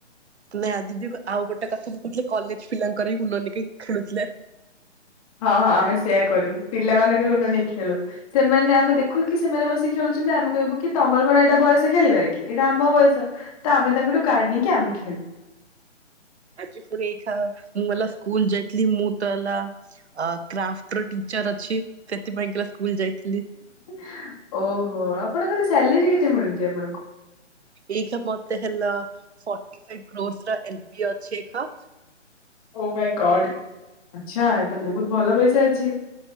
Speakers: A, on the right; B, on the left.
A: ନାଇଁ ଦିଦି ଆଉ ଗୋଟେ କଥା ମୁଁ କହୁଥିଲି କଲେଜ ପିଲାଙ୍କର ହିଁ <unintelligible> ଖେଳୁଥିଲେ।
B: ହଁ ହଁ ଆମେ ସେୟା କରୁ ପିଲାମାନଙ୍କ ରୁମ୍ ରେ ନେଇ ଖେଳୁ ସେମାନେ ଆମେ ଦେଖୁ କି ସେମାନେ ବସିକି ଖେଳୁଚନ୍ତି ଆମେ କହିବୁ କି ତମର କଣ ଏଇଟା ବୟସ ଖେଳିବାରେ କି ଏଇଟା ଆମ ବୟସ। ତ ଆମେ ତାଙ୍କଠୁ କାର୍ଡ ନେଇକି ଆମେ ଖେଳୁ।
A: ଆଜି ଫୁଣି ଏଇଖା ମୁଁ ମଲା ସ୍କୁଲ ଯାଇଥିଲି ମୁଁ ତ ହେଲା ଆ- କ୍ରାଫ୍ଟ୍ ର ଟିଚର୍ ଅଛି ସେଥିପାଇଁ କି ଲା ସ୍କୁଲ୍ ଯାଇଥିଲି।
B: <inaudible> ଓହୋ ଆପଣଙ୍କର ସାଲେରୀ କେତେ ମିଳୁଚି ଆପଣଙ୍କୁ?
A: ଏଇଖା ମତେ ହେଲ ଫୋଟି ଫାଇବ୍ କ୍ରଷ୍ ର ଏଲ୍ପିଓ ଅଛି ଖା।
B: ଓ ମାଇଁ ଗଡ୍ ଆଛା ଏତ ବହୁତ୍ ଭଲ ପଇସା ଅଛି।